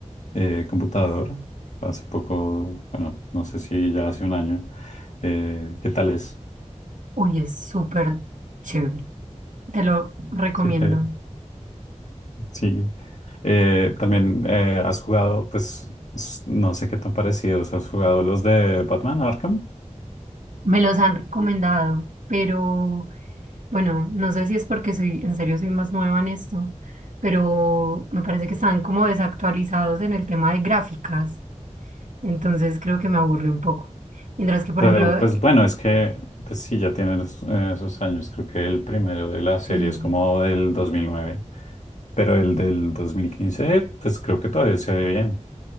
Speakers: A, on the left (about 70°); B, on the right (about 80°).
A: eh, computador hace poco, bueno, no sé si ya hace un año. Eh, ¿qué tal es?
B: Uy, es súper chévere. Te lo recomiendo.
A: Sí. te- sí. Eh, también eh, has jugado, pues s- no sé qué tan parecidos, ¿has jugado los de Batman Arkham?
B: Me los han recomendado, pero bueno, no sé si es porque soy, en serio soy más nueva en esto, pero me parece que están como desactualizados en el tema de gráficas. Entonces creo que me aburre un poco. Mientras que, por
A: Claro,
B: ejemplo,
A: pues
B: eh,
A: bueno, es que pues sí, ya tienen eh, esos años. Creo que el primero de la serie
B: sí,
A: es como del dos mil nueve pero el del 2015 pues creo que todavía se ve bien.